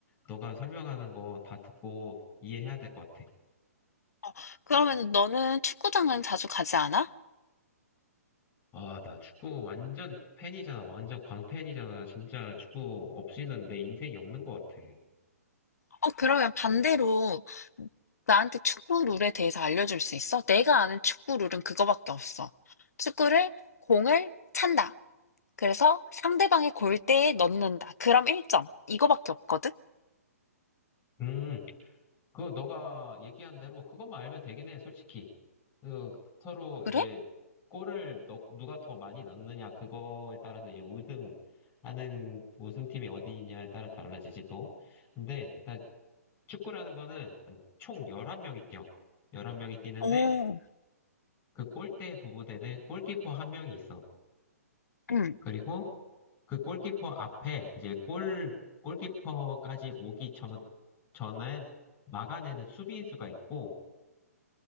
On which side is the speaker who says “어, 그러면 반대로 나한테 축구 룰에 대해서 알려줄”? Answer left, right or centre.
Left